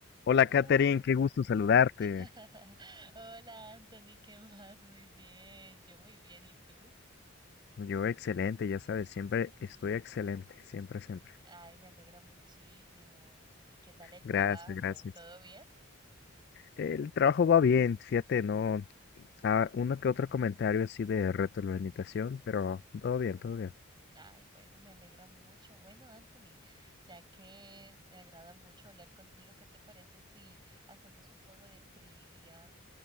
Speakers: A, on the left; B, on the right.
A: Hola,
B: Hola,
A: Katherine, qué gusto saludarte.
B: <laughs> hola Anthony, ¿qué más? Muy bien, yo muy bien, ¿y tú?
A: Yo excelente, ya sabes, siempre estoy excelente, siempre, siempre.
B: Ay, me alegra muchísimo. ¿Y qué tal el
A: Gracias,
B: trabajo?
A: gracias.
B: ¿Todo bien?
A: El trabajo va bien, fíjate, no, ah, uno que otro comentario así de retroalimentación, pero todo bien, todo bien.
B: Ay, bueno, me alegra mucho. Bueno, Anthony, ya que me agrada mucho hablar contigo, ¿qué te parece si hacemos un juego de trivia?